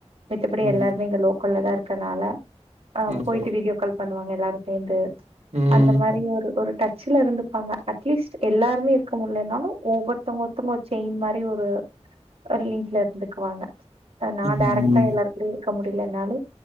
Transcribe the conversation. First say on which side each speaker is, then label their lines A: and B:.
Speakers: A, on the right (about 60°); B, on the right (about 70°).
A: மித்தபடி
B: ம்.
A: எல்லாருமே இங்க லோக்கல்ல தா இருக்கனால ஆ
B: ஓஹோ!
A: போய்ட்டு வீடியோ கால் பண்ணுவாங்க எல்லாரு சேந்து
B: ம்.
A: அந்த மாரி ஒரு ஒரு டச்ல இருந்துப்பாங்க அட்லீஸ்ட் எல்லாருமே இருக்க முடிலனாலு ஒவ்வொருத்தவங்க ஒருதங்க ஒரு செயின் மாரி ஒரு ஒரு லிங்க்ல இருந்துக்குவாங்க நா
B: ம்.
A: டேரக்டா எல்லார் கூடயு இருக்க முடியலனாலு